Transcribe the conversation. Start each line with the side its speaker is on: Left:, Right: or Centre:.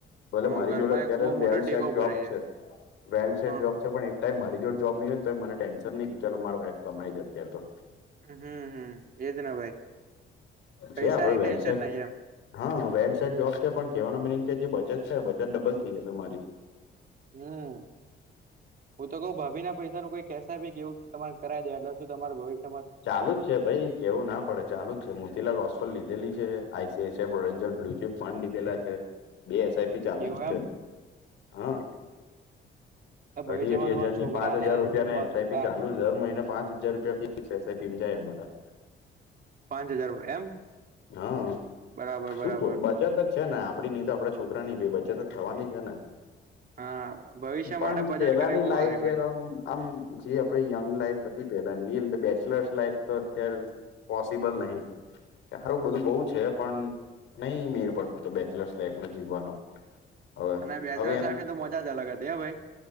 Left: ભલે
Right: હા
Left: મારી
Right: ઘરમાં
Left: જોડે અત્યારે
Right: એક બહુ મોટો
Left: વેલ
Right: ટેકો
Left: સટ જોબ
Right: ભરાય
Left: છે વેલ સટ
Right: હા
Left: જોબ છે પણ મારી જોડ જોબ નહી હોયને તો મને ટેન્ન નહીં કે ચાલો માર વાઇફ કમાઈ છે અત્યારે તો
Right: હમ હમ એજ ના ભાઈ
Left: છે
Right: પૈસાની
Left: આપડે
Right: ટેન્શન
Left: વેલ સેટ
Right: નહી એમ
Left: હા વેલ સાડ જોબ છે પણ કેવાનો મ કે જે બચત છે બચત ડબલ થઈ જશે મારી
Right: હમ હું તો કઉ ભભી ના પૈસા નું કોઈ કેસી કે એવું તમારે કરાવ દે એટલે શું તમાર ભવિષ્ય
Left: ચાલુ જ છે ભાઈ કેવું ના પડે
Right: હા
Left: ચાલુ જ છે લાસફર લીધેલી છે આઈસીસ પ્રોન્શલ ફલુચિપ ફંડ લીધેલા છે બે એસઆઈપી ચાલુ
Right: એવું
Left: છે
Right: એમ
Left: હા
Right: ભવિષ્યમાં
Left: અઢી અઢી
Right: તમારા
Left: હજાર
Right: છોકરાને
Left: ની પાંચ હજાર રૂપિયાને
Right: જમવાનું
Left: એસઆઈપી
Right: આ
Left: ચાલુ દર મહિને પાંચ હજાર રૂપિયા ફિક્સ એસઆઈપી જાય અમારા
Right: પાંચ હજાર એમ
Left: હા
Right: બરાબર
Left: શું
Right: બરાબર
Left: ક બાચાર છે ને આપડી નઈ તો આપડા છોકરા ની ભી બચ્ે તો જ થવાની જ છે ને
Right: હા ભવિષ્ય
Left: પણ
Right: માટે બચત
Left: પેલાની
Right: કરી બહુ
Left: લાઈફરમ
Right: હારી ભાઈ
Left: આમ જે આપડે યંગ લાઈફ હતી પેલા ની એ અર બેચલર્સ લાઈફ તો અત્યારે પોસિબલ નહિ ખારું બધું બહુ છે પણ નહી મેર પડતો તો બેચલર્સ લાઈફ નો જીવવાનો હવે
Right: અને બેચલર
Left: હવે
Right: સા ની તો મજા જ અલગ હતી હ ભાઈ